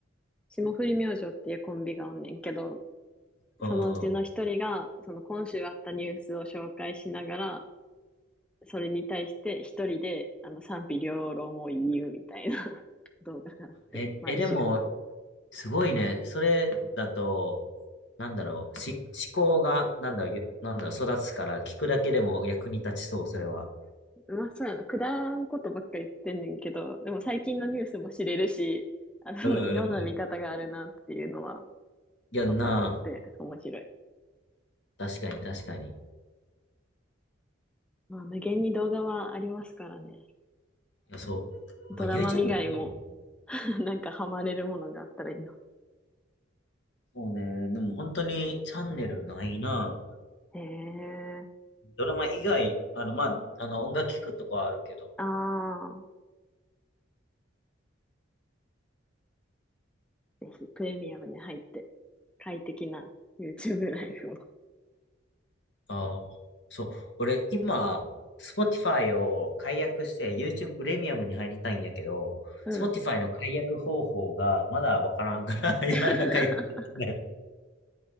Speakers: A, in the centre; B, on the left (about 60°).
A: 霜降り明星っていうコンビがおんねんけど、
B: うん。
A: そのうちの一人が、その今週あったニュースを紹介しながら、それに対して一人で、あの、賛否両論を言うみたいな <laughs> 動画があって、
B: え、
A: 毎週。
B: え、でも、すごいね。それだと、なんだろう、し、思考が、なんだろう、ゆなんだろう、育つから、聞くだけでも役に立ちそう、それは。
A: まあ、そうやな。くだらんことばっかり言ってんねんけど、でも最近のニュースも知れるし、あの、
B: うんうんうん。
A: いろんな見方があるなっていうのは、
B: いやんな
A: 分かって、面白い。
B: あ。確かに、確かに。い
A: まあ、無限に動画はありますからね。
B: や、そう。
A: ドラマ以外も
B: なんか YouTube ってる、
A: <laughs> なんかハマれるものがあったらいいな。
B: そうね。でも本当にチャンネルないな。
A: へえ。
B: ドラマ以外、あの、まあ、あの、音楽聞くとかはあるけど、
A: ああ、ぜひプレミアムに入って、快適な YouTube ライフを。
B: ああ、そう。俺、今、Spotify を解約して YouTube プレミアムに入りたいんやけど、
A: うん。
B: Spotify の解約方法がまだわからんから、<laughs> 今だ解約できない。
A: <laughs>